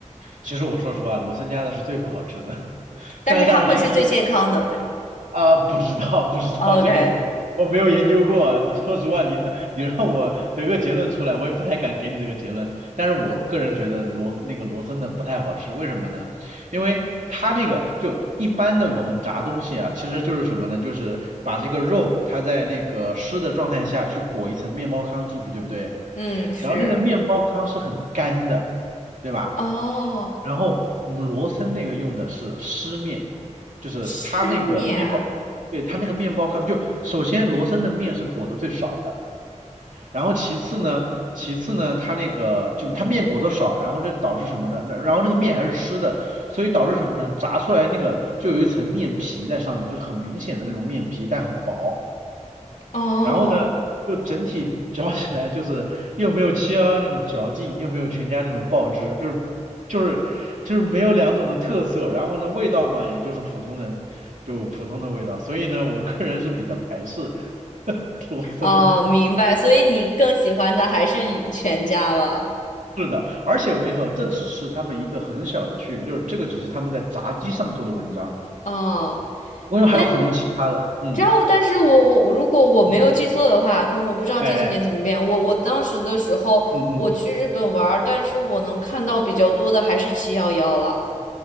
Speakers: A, on the right; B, on the left.
A: 其实我说实话，罗森家的是最不好吃的，<laughs>
B: 但是它会是最健康的，
A: 但是当然是因
B: 对吗
A: 啊，不知道，不知道，
B: ？OK，
A: 这个我我没有研究过啊。你说实话，你你让我得个结论出来，我也不太敢给你这个结论。但是我个人觉得罗那个罗森的不太好吃，为什么呢？因为它那个就一般的我们炸东西啊，其实就是什么呢？就是把这个肉它在那个湿的状态下去裹一层面包糠进去，对不对？
B: 嗯，是，
A: 然后那个面包糠是很干的，对吧？
B: 哦，
A: 然后我们罗森那个用的是湿面，就是它那个面包，
B: 失眠啊，
A: 对，它那个面包糠，就首先罗森的面是裹得最少的，然后其次呢，其次呢，它那个就它面裹得少，然后就导致什么呢？那然后那个面还是湿的，所以导致什么呢？炸出来那个就有一层面皮在上面，就是很明显的那种面皮，但很薄。
B: 哦。
A: 然后呢，就整体嚼起来就是又没有七幺幺那种嚼劲，又没有全家那种爆汁，就是就是就是没有两种的特色。然后呢，味道嘛，也就是普通的，就普通的味道。所以呢，我个人是比较排斥 <laughs> 罗森的。
B: 哦，明白，所以你更喜欢的还是你全家了。
A: 是的，而且我跟你说，这只是他们一个很小的区别，就是这个只是他们在炸鸡上做的文章。
B: 哦，
A: 我跟你说，
B: 但你
A: 还有很多其他的，嗯，
B: 知道，但是我我如果我没有记错的话，
A: 嗯，
B: 可能我不知道这些年怎么变。
A: 哎哎，
B: 我我当时的时候，
A: 嗯嗯。
B: 我去日本玩儿，但是我能看到比较多的还是七幺幺了。